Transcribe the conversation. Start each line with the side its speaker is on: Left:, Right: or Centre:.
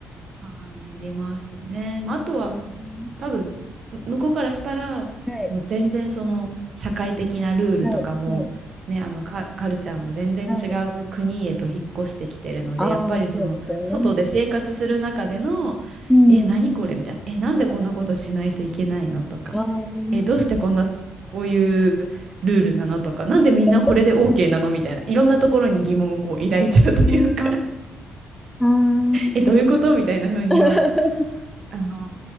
Right: 感じますね。まあ、あとは
Centre: うん
Right: 多分む向こうからしたらもう全然その社会的なルールとかも、
Centre: はい、はい、はい、
Right: ね、あのカ、カルチャーも全然違う国へと引っ越してきてるのでやっぱりその外で生活する中での
Centre: はい。ああ、そうですよね。うん。
Right: 「え何これ?」みたいな「えなんでこんなことしないといけないの?」とか
Centre: ああ。
Right: 「えどうしてこんなこういうルールなの?」とか「なんでみんなこれで
Centre: <laughs>
Right: OK なの?」みたいないろんなところに疑問をこう抱いちゃうというか
Centre: うーんあー
Right: え、どういうことみたいな風には、
Centre: <laughs>、
Right: あの、